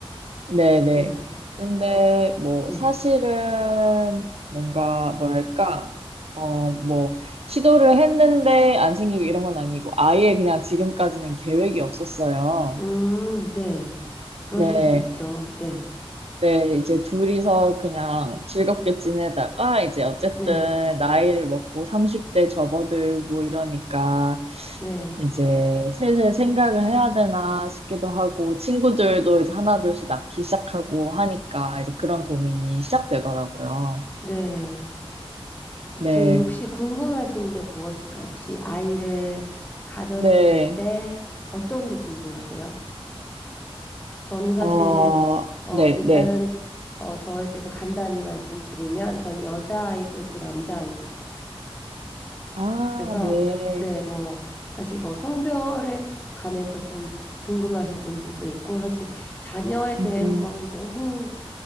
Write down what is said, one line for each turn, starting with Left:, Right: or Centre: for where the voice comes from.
Right: 네네.
Left: 음,
Right: 근데 뭐
Left: 네.
Right: 사실은 뭔가 뭐랄까, 어, 뭐 시도를 했는데 안 생기고 이런 건 아니고 아예 그냥 지금까지는 계획이 없었어요.
Left: 음, 네. 그러실
Right: 네.
Left: 수 있죠. 네.
Right: 네, 이제 둘이서 그냥 즐겁게 지내다가 이제 어쨌든
Left: 네.
Right: 나이를 먹고 30대 접어들고 이러니까
Left: 네.
Right: 이제 슬슬 생각을 해야 되나 싶기도 하고 친구들도 이제 하나둘씩 낳기 시작하고 하니까 이제 그런 고민이 시작되더라고요.
Left: 네.
Right: 네,
Left: 제 혹시 궁금하신 게 무엇일까요? 혹시 아이를 가졌을
Right: 네,
Left: 때 어떤 게 궁금하세요? 저는 사실
Right: 어,
Left: 어
Right: 네,
Left: 일단은
Right: 네.
Left: 어 저에 대해서 간단히 말씀드리면 전 여자아이도 있고 남자아이도 있어요.
Right: 아,
Left: 그래서
Right: 네.
Left: 네, 뭐 사실 뭐 성별에 관해서 좀 궁금하신 분들도 있고 사실 자녀에 대한
Right: 음,
Left: 거는 너무